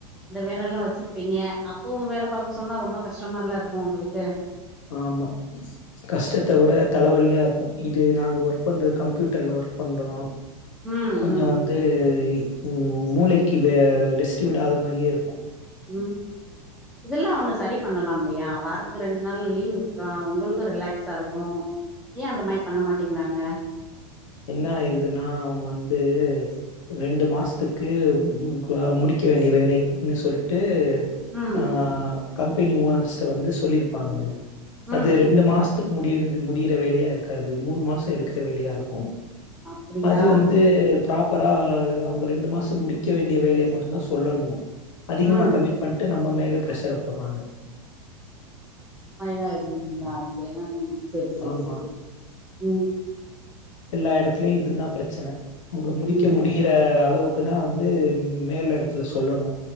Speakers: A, in the centre; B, on the left (about 60°).
A: இந்த வேலைல்லா வச்சிருப்பீங்க அப்பவூ வேல பாக்க சொன்னா ரொம்ப கஷ்டமால்ல இருக்கூ உங்களுக்கு
B: ஆமா கஷ்டத்த விட தலவலியா இருக்கு இது நாங்க ஒர்க் பண்றது கம்ப்யூட்டர்ல ஒர்க் பண்றோ
A: ம்
B: கொஞ்சோ
A: ம்
B: வந்து உம் மூளைக்கு வே ரெஸ்ட்டு விடாத மாரியே இருக்கு
A: ம் இதல்லா அவ்ங்க சரி பண்ணலாம்ல்லையா வாரத்துக்கு ரெண்ட் நாள்ல லீவு விட்றோ உங்களுக்கு ரிலாக்ஸா இருக்கு ஏ அந்த மாரி பண்ண மாட்டேங்கிறாங்க
B: என்ன ஆயிருதுனா அவ்ங்க வந்து ரெண்டு மாஸ்த்துக்கு ம் ம் க முடிக்க வேண்டிய வேலை அப்டினு சொல்ட்டு டு
A: ம்
B: ஆஹ் கம்பெனி ஓனர்ஸ் த்த வந்து சொல்லிருப்பாங்க
A: ம்
B: அது ரெண்டு
A: ம்
B: மாஸ்த்துக்கு முடியிறது முடியிற வேலையா ருக்காது மூணு மாச இருக்குற வேலையா இருக்கு
A: அப்டியா
B: அது வந்து ப்ராப்பரா அவ்ங்க ரெண்டு மாச முடிக்க வேண்டிய வேலைய மட்டுந்தா சொல்லணு அதிகமா
A: ம்
B: கமிட் பண்ட்டு நம்ம மேல் ல ப்ரெஷர போட்றாங்க
A: ஆஹ் <unintelligible> சேர் சேர்
B: ஆமா.
A: சேர் உம்
B: எல்லா எடத்லயு இதுதா பிரச்சன உங்க முடிக்க
A: ம்
B: முடியுற அளவு க்கு தா வந்து மேல் எடத்துல சொல்லணு